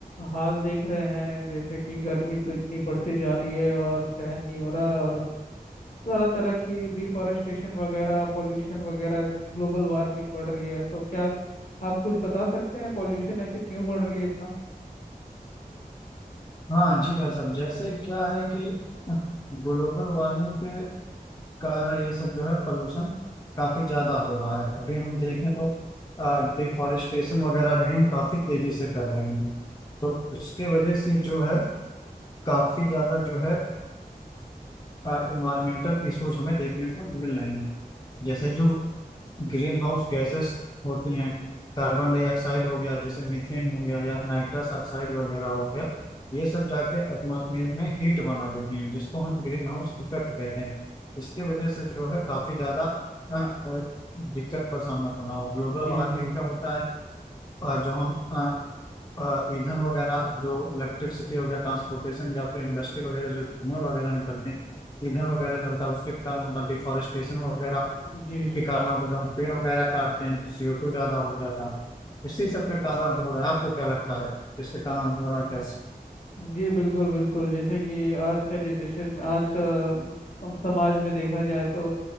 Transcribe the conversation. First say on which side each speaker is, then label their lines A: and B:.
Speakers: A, on the left; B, on the left.
A: हाल देख रहे हैं जैसे कि गर्मी तो इतनी बढ़ती जा रही है और सहन नहीं हो रहा और तरह तरह की डिफॉरेस्टेशन वगैरह पॉल्यूशन वगैरह ग्लोबल वार्मिंग बढ़ रही है तो क्या आप कुछ बता सकते हैं पॉल्यूशन ऐसे क्यों बढ़ रही है इतना
B: हाँ जी भाई साहब जैसे क्या है कि ग्लोबल वार्मिंग के कारण ये सब जो है पोल्यूशन काफी ज्यादा हो रहा है अभी हम देखें तो डिफॉरेस्टेशन वगैरह भी हम काफी तेजी से कर रहे हैं तो उसके वजह से जो है काफी ज्यादा जो है इन्वायरमेंटल इश्यूज हमें देखने को मिल रहे हैं जैसे जो ग्रीन हाउस गैसेस होती हैं कार्बन डाइऑक्साइड हो गया जैसे मीथेन हो गया या नाइट्रस ऑक्साइड वगैरह हो गया ये सब जाके एटमॉस्फेयर में हीट बना देती हैं जिसको हम ग्रीन हाउस इफेक्ट कहते हैं इसकी वजह से जो है काफी ज्यादा अ, अ, दिक्कत का सामना करना हो ग्लोबल
A: जी
B: वार्मिंग
A: जी
B: क्या होता है अ, जो हम अ, अ, ईंधन वगैरह जो इलेक्ट्रिसिटी वगैरह ट्रांसपोर्टेशन या फिर इंडस्ट्री वगैरह जो धुएं वगैरह निकलते हैं ईंधन वगैरह जलता है उसके कारण उनका डिफॉरेस्टेशन वगैरह
A: जी
B: के
A: जी
B: कारण होता है। जब हम पेड़ वगैरह काटते हैं सीओ टू ज्यादा हो जाता है इसी सब के कारण हो रहा है आपको क्या लगता है जिसके कारण हो रहा है कैसे
A: जी बिल्कुल बिल्कुल जैसे कि आज का जनरेशन में आज का अम, समाज में देखा जाए तो